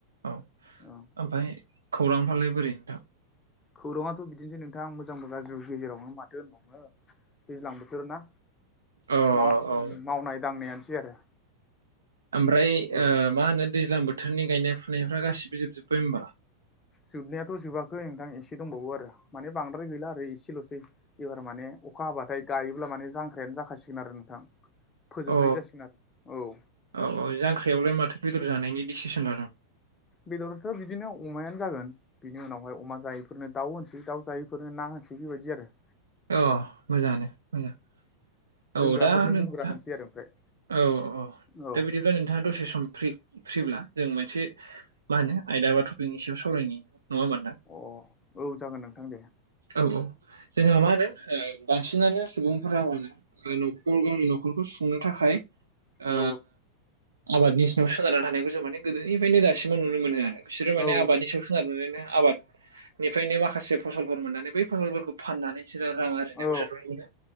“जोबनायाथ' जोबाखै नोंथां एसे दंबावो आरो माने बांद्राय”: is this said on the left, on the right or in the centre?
Left